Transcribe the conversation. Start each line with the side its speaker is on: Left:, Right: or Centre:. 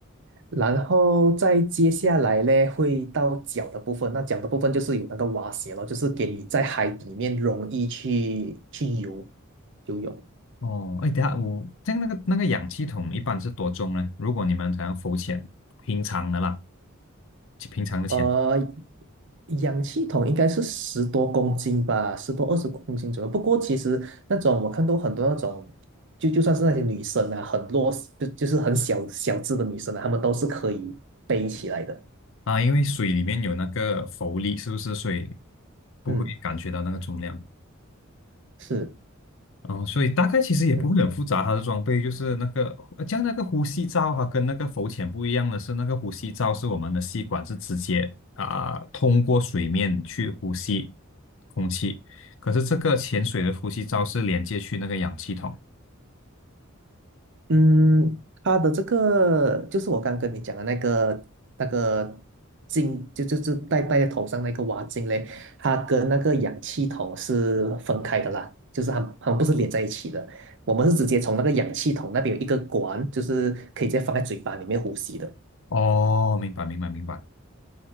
Right: 然后再接下来呢，会到脚的部分。那脚的部分就是有那个蛙鞋咯，就是给你在海里面容易去去游游泳。
Left: 哦，哎，等下我这样那个那个氧气筒一般是多重呢？如果你们想要浮潜，平常的啦，就平常的潜
Right: 呃，氧气筒应该是十多公斤吧，十多二十公斤左右。不过其实那种我看到很多那种，就就算是那些女生啊，很弱势，就就是很小小只的女生啊，她们都是可以背起来的。
Left: 啊，因为水里面有那个浮力，是不是？所以不会感觉到那个重量。
Right: 嗯，是，
Left: 哦，所以大概其实也不会很复杂，
Right: 嗯。
Left: 它的装备就是那个，呃像那个呼吸罩哈，跟那个浮潜不一样的是，那个呼吸罩是我们的吸管是直接啊、通过水面去呼吸空气，可是这个潜水的呼吸罩是连接去那个氧气筒。
Right: 嗯，它的这个就是我刚跟你讲的那个那个镜，就就是戴戴在头上那个蛙镜嘞，它跟那个氧气筒是分开的啦，就是它它们不是连在一起的。我们是直接从那个氧气筒那边有一个管，就是可以直接放在嘴巴里面呼吸的。
Left: 哦，明白，明白，明白。